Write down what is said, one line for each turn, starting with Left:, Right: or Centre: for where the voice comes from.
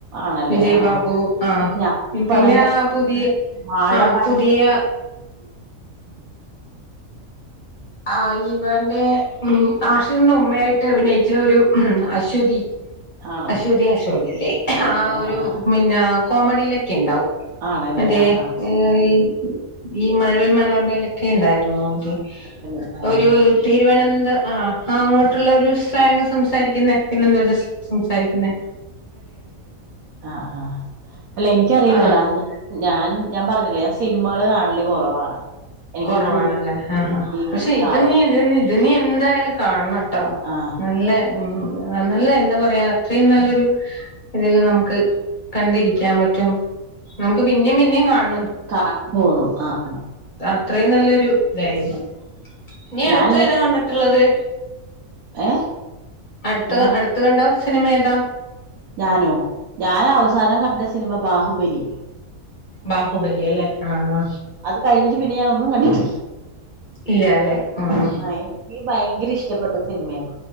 Right: ആണല്ലേ
Left: വിജയ്
Right: ആ
Left: ബാബു
Right: ആ
Left: ആഹ്
Right: ഞാൻ ഈ പടം
Left: പിന്നെ
Right: കണ്ടി
Left: ആ പുതിയ
Right: വാഴ
Left: ആഹ്
Right: <inaudible>
Left: പുതിയ ആ ഇവന്റെ മ് ആഷിംന ഉമ്മയായിട്ട് അഭിനയിച്ച ഒരു അശ്വതി
Right: ആണോ
Left: അശ്വതി അശോകല്ലേ
Right: ഓക്കെ
Left: ആ ഒരു
Right: ആ ആ.
Left: മിന്ന കോമഡിയിലൊക്കെ ഇണ്ടാവും
Right: ആണല്ലേ
Left: അതെ
Right: ആ ആ
Left: ഏ ഈ ഈ മഴവിൽ മനോർമയിലൊക്കെ ഇണ്ടായി <unintelligible>
Right: അല്ല ഓ
Left: ഒരു
Right: ഓ
Left: തിരുവനന്ത ത് ആ ആ അങ്ങട്ടുള്ള ഒരു സ്ലാങ് സംസാരിക്കുന്ന <unintelligible> സംസാരിക്കുന്നേ
Right: ആ് ആ് അല്ലെ എനിക്കറിയില്ലടാ
Left: ആ
Right: ഞാ ഞാൻ ഞ പറഞ്ഞില്ലെ സിനിമകള് കാണ് നല്ല കുറവാണ് എനിക്ക്
Left: കുറവാണല്ലേ
Right: കൂടുതൽ
Left: ആ
Right: ഈ
Left: പക്ഷെ
Right: കാ-
Left: ഇത് നീ എന്ത ഇത് നീ എന്തായാലും കാണണംട്ടോ
Right: ആ
Left: നല്ല ഉ നല്ല എന്താ പറയാ അത്രയും നല്ലൊരു ഇതില് നമുക്ക് കണ്ടിരിക്കാൻ പറ്റും നമുക്ക് പിന്നിം പിന്നിം കാണ
Right: കാണാ തോന്നും ആ ആ
Left: അത്രയും നല്ലൊരു താ ആരുന്നു നീ അടുത്ത
Right: ഞാനിങ്ങനെ
Left: ഏതാ കണ്ടിട്ടുള്ളത്
Right: ഏ
Left: അടുത്ത
Right: എന്താണ്
Left: അടുത്ത് കണ്ടോ സിനമേത
Right: ഞാനോ ഞാൻ അവസാനം കണ്ട സിനിമ ബാഹുബലി
Left: ബാഹുബലി അല്ലേ ആഹ്
Right: അത് കഴിഞ്ഞിട്ട് പിന്നെ ഞാൻ ഒന്നും കണ്ടിട്ടില്ല
Left: ഇല്ല അല്ലെ ആഹ്
Right: ആ എനിക്ക് ഭയങ്കര ഇഷ്ടപ്പെട്ട സിനിമയാണ്